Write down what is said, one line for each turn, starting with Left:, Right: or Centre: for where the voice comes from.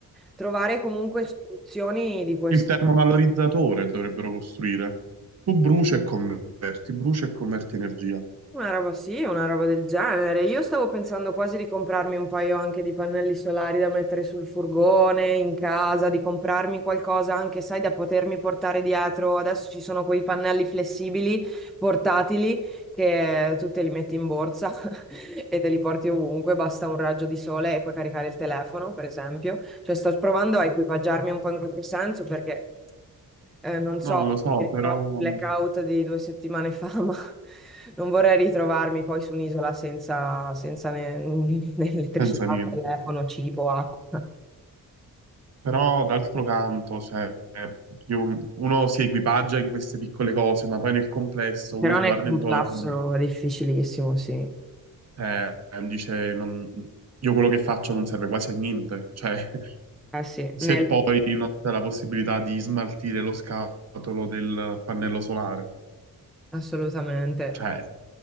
Centre: trovare comunque soluzioni di questo.
Right: Il termovalorizzatore dovrebbero costruire. Tu bruci e converti, bruci e converti energia.
Centre: Una roba sì, una roba del genere. Io stavo pensando quasi di comprarmi un paio anche di pannelli solari da mettere sul furgone, in casa, di comprarmi qualcosa anche, sai, da potermi portare dietro. Adesso ci sono quei pannelli flessibili, portatili, che tu te li metti in borsa <laughs> e te li porti ovunque, basta un raggio di sole e puoi caricare il telefono, per esempio. Cioè, sto provando a equipaggiarmi un po' in questo senso perché... Eh, non so,
Right: No, lo so,
Centre: ti ricordi
Right: però mm,
Centre: il blackout di due settimane fa, <laughs> ma non vorrei ritrovarmi poi su un'isola senza, senza ne- <laughs> né elettricità,
Right: senza niente.
Centre: telefono, cibo, acqua.
Right: Però d'altro canto, cioè, io- uno si equipaggia in queste piccole cose, ma poi nel complesso
Centre: Però
Right: uno si
Centre: nel
Right: guarda
Centre: complesso
Right: intorno
Centre: è difficilissimo, sì.
Right: eh, e dice, non- io quello che faccio non serve quasi a niente. Cioè, <laughs>
Centre: Eh sì,
Right: se
Centre: nel-
Right: poi non c'è la possibilità di smaltire lo scatolo del pannello solare.
Centre: assolutamente.
Right: Cioè,